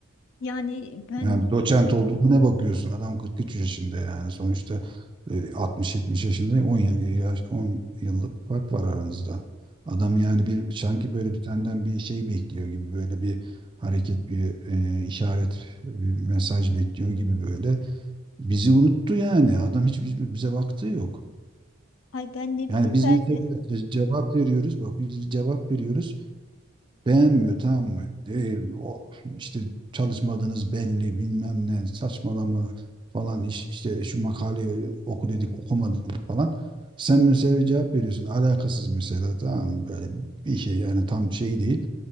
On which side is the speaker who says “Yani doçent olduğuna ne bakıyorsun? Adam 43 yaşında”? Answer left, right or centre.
Right